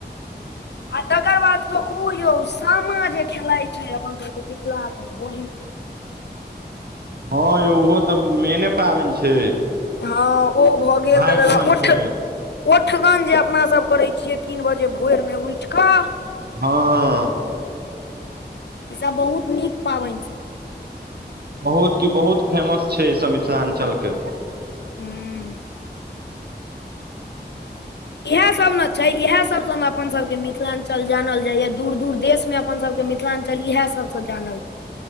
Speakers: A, on the left (about 70°); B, on the right (about 60°).
A: आ तकर बाद से ओ यौ सामा जे खेलाइ छै अपन सभके मिथिला मे बहिन
B: हँ यौ ओहो तऽ मेने पाबनि छै।
A: हँ ओ भऽ गेल
B: भाय
A: तकर
B: बहन
A: बाद उठ
B: के
A: ओठगन जे अपना सब करे छियै तीन बजे भोर मे उठ कऽ
B: हँ
A: ई सब बहुत नीक पाबनि सब अइ
B: बहुत की बहुत फेमस छै ईसभ मिथिलाञ्चलके।
A: हूँ इएहे सब ने छै इएहे सब सब ने अपन सब के मिथिलां्चल जानल जाया दूर दूर देश में अपन सब के मि मिथिलां्चल इएह सब से जानल जाय।